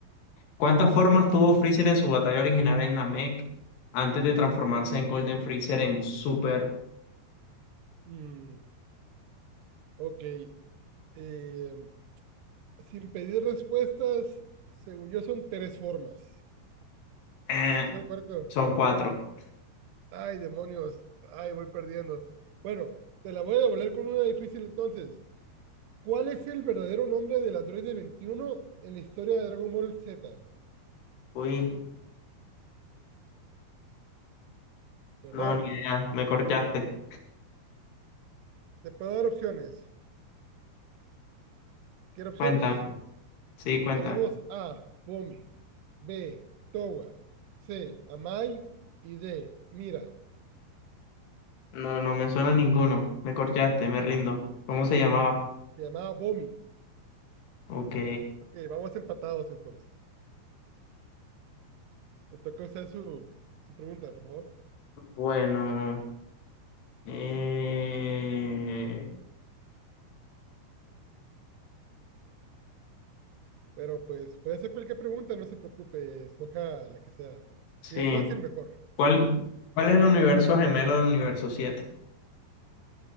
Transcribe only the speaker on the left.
¿cuántas formas tuvo Freezer en su batalla original en Namek antes de transformarse en Golden Freezer en Super?
Eh,
son cuatro.
Uy,
no, ni idea. Me corchaste.
Cuéntame. Sí, cuéntame.
No, no me suena ninguno. Me corchaste, me rindo. ¿Cómo se llamaba?
Ok.
Bueno. Eh...
Sí.
¿Cuál, cuál es el universo gemelo del universo 7?